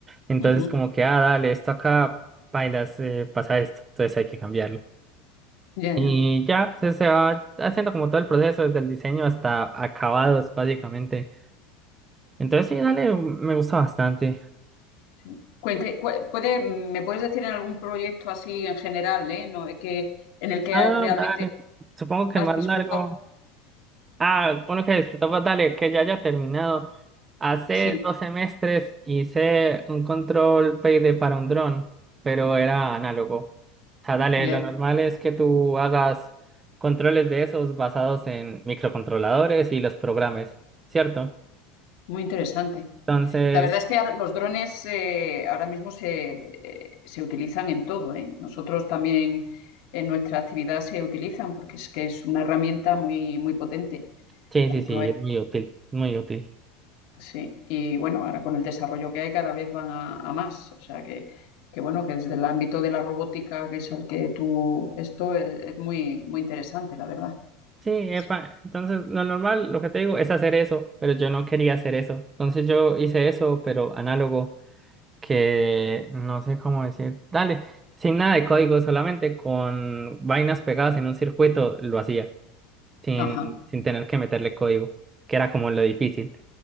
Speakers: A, on the right; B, on the left.
A: Entonces
B: Ujú,
A: como que, ah, dale, esto acá, bailas, eh, pasa esto, entonces hay que cambiarlo.
B: Ya,
A: Y
B: ya.
A: ya se, se va haciendo como todo el proceso, desde el diseño hasta acabados, básicamente. Entonces sí, dale, me gusta bastante.
B: Sí. Cuente, cu- puede, ¿me puedes decir en algún proyecto así en general, eh? ¿No? De que, en el que
A: Ah,
B: realmente
A: dale. Supongo que
B: has
A: el más
B: disfrutado.
A: largo. Ah, uno que disfrutaba, dale, que ya haya terminado. Hace
B: Sí,
A: dos semestres hice un control PID para un dron, pero era análogo. O sea, dale,
B: ya,
A: lo normal es que tú hagas controles de esos basados en microcontroladores y los programas, ¿cierto?
B: muy interesante.
A: Entonces,
B: La verdad es que ahora los drones eh, ahora mismo se, eh, se utilizan en todo, ¿eh? Nosotros también en nuestra actividad se utilizan porque es que es una herramienta muy, muy potente.
A: sí,
B: tanto
A: sí, sí, es muy útil, muy útil.
B: Sí, y bueno, ahora con el desarrollo que hay cada vez van a, a más. O sea que, que bueno, que desde el ámbito de la robótica, que es al que tú, esto es, es muy, muy interesante, la verdad.
A: Sí, epa,
B: Sí.
A: entonces lo normal, lo que te digo, es hacer eso, pero yo no quería hacer eso. Entonces yo hice eso, pero análogo. que no sé cómo decir, dale, sin nada de código, solamente con vainas pegadas en un circuito lo hacía, sin,
B: Ajá.
A: sin tener que meterle código, que era como lo difícil.